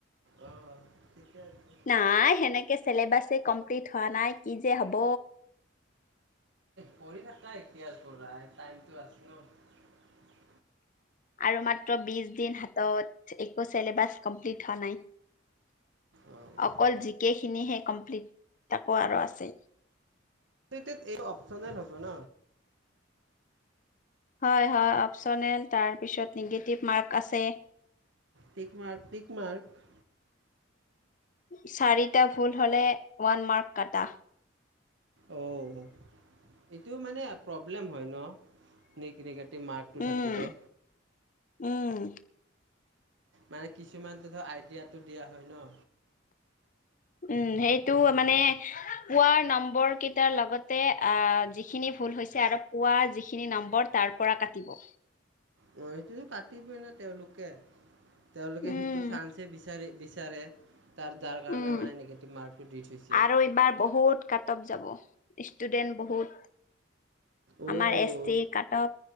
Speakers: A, on the right; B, on the left.
A: অঁ ঠিকে আছে।
B: নাই সেনেকৈে চিলেবাছে কমপ্লিট হোৱা নাই কি যে হব
A: পঢ়ি থাকা এতিয়াৰ পৰাই টাইমটো আছ ন
B: আৰু মাত্ৰ বিশ দিন হাতত একো চিলেবাছক কমপ্লিট হোৱা নাই
A: অ',
B: অকল জি কে খিনিহে কমপ্লিত তাকো আৰু আছেই
A: তিত এই অপচনেল হ'ব ন
B: হয় হয় অপচনেল তাৰ তাৰপিছত নিগেটিভ মাৰ্ক আছে
A: টিকমাৰ্ক টিকমাৰ্ক?
B: চাৰিটা ভুল হ'লে ওৱান মাৰ্ক কাটা
A: অ', এইটো মানে প্ৰব্লেম হয় ন? নি মাৰ্কটো থাকিলে
B: উম উম
A: মানে কিছুমানটো ধৰা আইটিয়াটো দিয়া হয় ন
B: উম সেইটো মানে পোৱাৰ নম্বৰ কেইটা লগতে আহ যিখিনি ভুল হৈছে আৰু পোৱা যিখিনি নম্বৰ তাৰ পৰা কাটিব
A: মইটো কাট কাটি পিনে তেওঁলোকে তেওঁলোকে
B: উম
A: সেইটো চান্সহে বিচাৰে বি বিচাৰে তাৰ যাৰ কাৰণে
B: উম
A: মানে নিগেটিভ মাৰ্কটো দি থৈছে
B: আৰু এইবাৰ বহুত কাট অফ যাব ষ্টুডেণ্ট বহুত
A: অহ
B: আমাৰ এছ টি কাট অফ